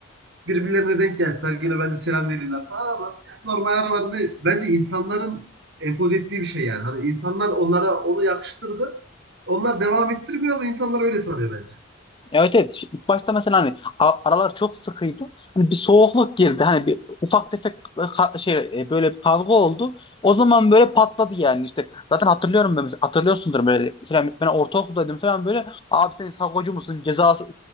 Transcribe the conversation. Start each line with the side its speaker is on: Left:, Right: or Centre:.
Right: birbirlerine denk gelseler yine bence selam verirler falan ama yani normal aralarında bence insanların empoze ettiği bir şey yani. Hani insanlar onlara onu yakıştırdı. Onlar devam ettirmiyor ama insanlar öyle sanıyor bence.
Left: Evet evet. Şi- İlk başta mesela hani a- aralar çok sıkıydı. Hani bir soğukluk girdi. Hani bir ufak tefek e, ka- şey e, böyle bir kavga oldu. O zaman böyle patladı yani işte. Zaten hatırlıyorum ben mesela, hatırlıyorsundur böyle. Mesela ben ortaokuldaydım falan böyle. Abi sen sakocu musun? Cezası